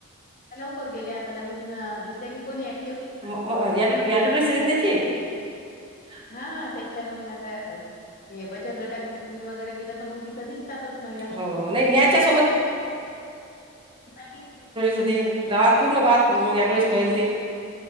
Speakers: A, on the left; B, on the right.
A: लवकर गेले. आता नवीन दिसले की कोणी -
B: <unintelligible>
A: <unintelligible> <unintelligible>
B: <unintelligible> आपली ॲड्रेस
A: नाही
B: होते. गावात पूर्ण गावात म ॲड्रेस फैलता.